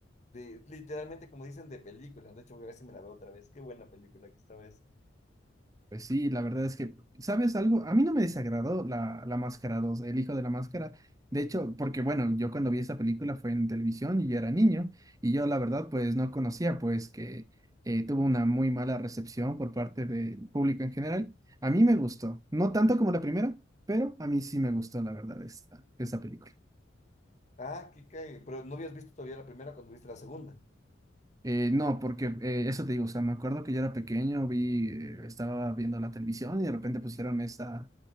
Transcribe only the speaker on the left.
de literalmente, como dicen, de películas. De hecho, voy a ver si me la veo otra vez. Qué buena película que estaba esa.
Ah, qué cae. Pero no habías visto todavía la primera cuando viste la segunda.